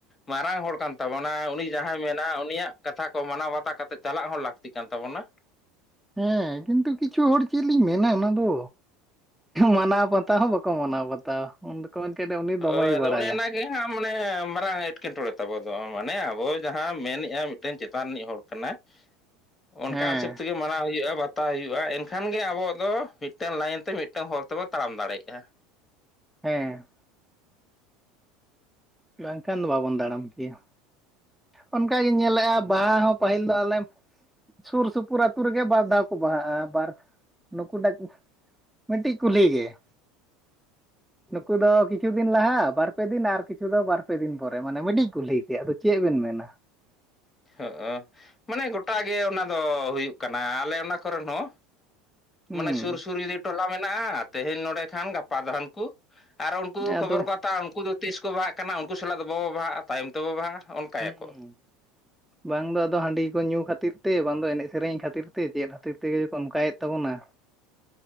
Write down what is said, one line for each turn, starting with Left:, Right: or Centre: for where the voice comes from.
Left: ᱢᱟᱨᱟᱝ ᱦᱚᱲ ᱠᱟᱱ ᱛᱟᱵᱚᱱᱟᱭ ᱩᱱᱤ ᱡᱟᱦᱟᱸ ᱢᱮᱱᱟ ᱩᱱᱤᱭᱟᱜ ᱠᱟᱛᱷᱟ ᱠᱚ ᱢᱟᱱᱟᱣ ᱵᱟᱛᱟᱣ ᱠᱟᱛᱮᱫ ᱪᱟᱞᱟᱜ ᱦᱚᱸ ᱞᱟᱹᱠᱛᱤ ᱠᱟᱱ ᱛᱟᱵᱚᱱᱟ
Centre: ᱦᱮᱸ ᱠᱤᱱᱛᱩ ᱠᱤᱪᱷᱩ ᱦᱚᱲ ᱪᱮᱫ ᱞᱤᱧ ᱢᱮᱱᱟ ᱚᱱᱟ ᱫᱚ ᱢᱟᱱᱟᱣ ᱵᱟᱛᱟ ᱦᱚᱸ ᱵᱟᱠᱚ ᱢᱟᱱᱟᱣ ᱵᱟᱛᱟ ᱩᱱ ᱫᱚᱠᱚ ᱢᱮᱱ ᱠᱮᱫ ᱩᱱᱤ
Left: ᱦᱳᱭ
Centre: ᱫᱚᱢᱮ ᱵᱟᱲᱟᱭᱟ
Left: <unintelligible> ᱢᱟᱱᱮ ᱢᱟᱨᱟᱝ ᱮᱴᱠᱮᱴᱚᱬᱮ ᱛᱟᱵᱚ ᱫᱚ ᱢᱟᱱᱮ ᱟᱵᱚ ᱡᱟᱦᱟᱸ ᱢᱮᱱᱮᱫᱼᱟ ᱢᱤᱫᱴᱮᱱ ᱪᱮᱛᱟᱱ ᱨᱤᱱᱤᱡ ᱦᱚᱲ ᱠᱟᱱᱟᱭ ᱚᱱᱠᱟ
Centre: ᱦᱮᱸ
Left: ᱦᱤᱥᱟᱹᱵᱽ ᱛᱮᱜᱮ ᱢᱟᱱᱟᱣ ᱦᱩᱭᱩᱜᱼᱟ ᱵᱟᱛᱟᱟᱣ ᱦᱩᱭᱩᱜᱼᱟ ᱮᱱᱠᱷᱟᱱ ᱜᱮ ᱟᱵᱚᱣᱟᱜ ᱫᱚ ᱢᱤᱫᱴᱟᱝ ᱞᱟᱭᱤᱱ ᱛᱮ ᱢᱤᱫᱴᱟᱝ ᱦᱚᱨ ᱛᱮᱵᱚ ᱛᱟᱲᱟᱢ ᱫᱟᱲᱮᱭᱟᱜᱼᱟ
Centre: ᱦᱮᱸ ᱵᱟᱝᱠᱷᱟᱱ ᱫᱚ ᱵᱟᱵᱚᱱ ᱫᱟᱲᱟᱢ ᱠᱮᱭᱟ ᱚᱱᱠᱟ ᱜᱤᱧ ᱧᱮᱞᱮᱫᱼᱟ ᱵᱟᱦᱟ ᱦᱚᱸ ᱯᱟᱹᱦᱤᱞ ᱫᱚ ᱟᱞᱮ ᱥᱩᱨ ᱥᱩᱯᱩᱨ ᱟᱹᱛᱩ ᱨᱮᱜᱮ ᱵᱟᱨ ᱫᱷᱟᱣ ᱠᱚ ᱵᱟᱦᱟᱜᱼᱟ ᱵᱟᱨ ᱱᱩᱠᱩ ᱴᱟᱜ ᱢᱤᱫᱴᱤᱡ ᱠᱩ ᱞᱟᱹᱭ ᱜᱮᱭᱟ᱾ ᱱᱩᱠᱩ ᱫᱚ ᱠᱤᱪᱷᱩ ᱫᱤᱱ ᱞᱟᱦᱟ ᱵᱟᱨ ᱯᱮ ᱫᱤᱱ ᱟᱨᱠᱤ ᱠᱤᱪᱷᱩ ᱫᱚ ᱵᱟᱨ ᱯᱮ ᱫᱤᱱ ᱯᱚᱨᱮ ᱢᱟᱱᱮ ᱢᱤᱰᱤᱡ ᱠᱚ ᱞᱟᱹᱭ ᱛᱮ ᱟᱫᱚ ᱪᱮᱫ ᱵᱮᱱ ᱢᱮᱱᱟ?
Left: ᱦᱚᱜ ᱢᱟᱱᱮ ᱜᱚᱴᱟ ᱜᱮ ᱚᱱᱟ ᱫᱚ ᱦᱩᱭᱩᱜ ᱠᱟᱱᱟ ᱟᱞᱮ ᱚᱱᱟ ᱠᱚᱨᱮᱱ ᱦᱚᱸ,
Centre: ᱦᱩᱸ
Left: ᱢᱟᱱᱮ ᱥᱩᱨ ᱥᱩᱨ ᱡᱩᱫᱤ ᱴᱚᱞᱟ ᱢᱮᱱᱟᱜᱼᱟ, ᱛᱮᱦᱮᱧ ᱱᱚᱸᱰᱮ ᱠᱷᱟᱱ ᱜᱟᱯᱟ ᱫᱚ ᱦᱟᱱᱠᱩ᱾ ᱟᱨ ᱩᱱᱠᱩ ᱠᱷᱚᱵᱚᱨ
Centre: ᱟᱫᱚ
Left: ᱠᱚ ᱦᱟᱛᱟᱣᱟ, ᱩᱱᱠᱩ ᱫᱚ ᱛᱤᱥ ᱠᱚ ᱵᱟᱦᱟᱜ ᱠᱟᱱᱟ? ᱩᱱᱠᱩ ᱥᱟᱞᱟᱜ ᱫᱚ ᱵᱟᱵᱚ ᱵᱟᱦᱟᱜ-ᱟ᱾ ᱛᱟᱭᱚᱢ ᱛᱮᱵᱚ ᱵᱟᱦᱟᱜᱼᱟ ᱚᱱᱠᱟᱭᱟᱠᱚ᱾
Centre: ᱦᱩᱸ ᱵᱟᱝ ᱫᱚ ᱟᱫᱚ ᱦᱟᱺᱰᱤ ᱠᱚ ᱧᱩ ᱠᱷᱟᱹᱛᱤᱨ ᱛᱮ, ᱵᱟᱝ ᱫᱚ ᱮᱱᱮᱡ ᱥᱮᱨᱮᱧ ᱠᱷᱟᱹᱛᱤᱨ ᱛᱮ, ᱪᱮᱫ ᱠᱷᱟᱹᱛᱤᱨ ᱛᱮᱜᱮ ᱚᱱᱠᱟᱭᱮᱫ ᱛᱟᱵᱚᱱᱟ?